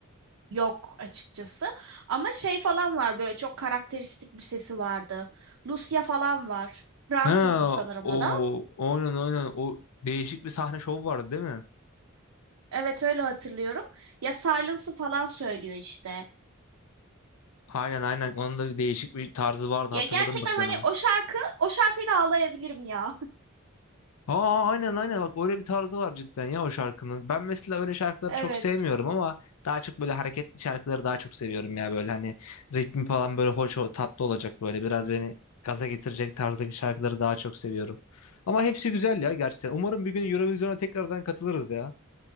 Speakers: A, on the right; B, on the left.
A: Yok açıkçası. Ama şey falan var böyle çok karakteristik bir sesi vardı. Lucia falan var. Fransızdı
B: Ha
A: sanırım
B: o
A: o da.
B: oynan oynan o değişik bir sahne şovu vardı değil mi?
A: Evet öyle hatırlıyorum. Ya Silence'ı falan söylüyor işte.
B: Aynen aynen. Onun da değişik bir tarzı vardı.
A: Ya
B: Hatırladım
A: gerçekten
B: bak ben
A: hani
B: onu.
A: o şarkı, o şarkıyla ağlayabilirim ya.
B: Aa aynen aynen bak öyle bir tarzı var cidden ya o şarkının. Ben mesela öyle şarkıları
A: <laughs> Evet.
B: çok sevmiyorum ama daha çok böyle hareketli şarkıları daha çok seviyorum ya böyle hani ritmi falan böyle hoş o- tatlı olacak böyle biraz beni gaza getirecek tarzdaki şarkıları daha çok seviyorum. Ama hepsi güzel ya gerçekten. Umarım bir gün Eurovision'a tekrardan katılırız ya.